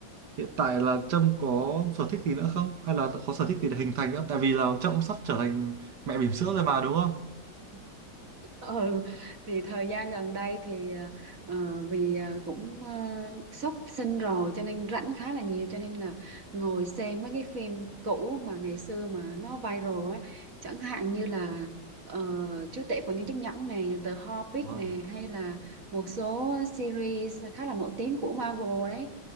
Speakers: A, on the right; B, on the right.
A: hiện tại là Trâm có sở thích gì nữa không hay là có sở thích gì để hình thành nữa tại vì là Trâm cũng sắp trở thành mẹ bỉm sữa rồi mà đúng không
B: <laughs> ừ thì thời gian gần đây thì ờ, vì ờ, cũng ờ, sắp sinh rồi cho nên rảnh khá là nhiều cho nên là ngồi xem mấy cái phim cũ mà ngày xưa mà nó viral á chẳng hạn như là ờ, Chúa tể của những chiếc nhẫn nè The Hobbit
A: Wow.
B: nè hay là một số series khá là nổi tiếng của Marvel đấy